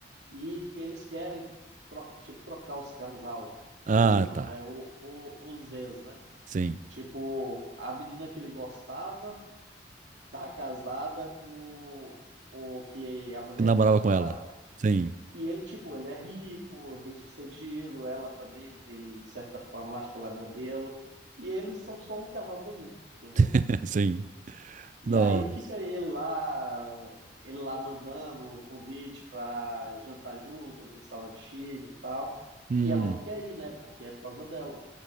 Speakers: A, on the right; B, on the right.
A: e eles querem tro- tipo trocar os casal.
B: Ah,
A: Eles não,
B: tá.
A: né? O, o, os ex, né?
B: Sim.
A: Tipo, a menina que ele gostava tá casada com o que a mulher
B: Eu namorava
A: dele namorava.
B: com ela. Sim,
A: E ele, tipo, ele é rico, bem-sucedido, ela também tem certa fama, lá, acho que ela é modelo. E eles são só um casal comum, entendeu?
B: <laughs> sim.
A: E
B: Nossa.
A: aí fica ele lá, ele lá mandando o convite pra jantar junto no restaurante chique e tal.
B: Hum,
A: E ela não quer ir, né? Porque é por causa dela.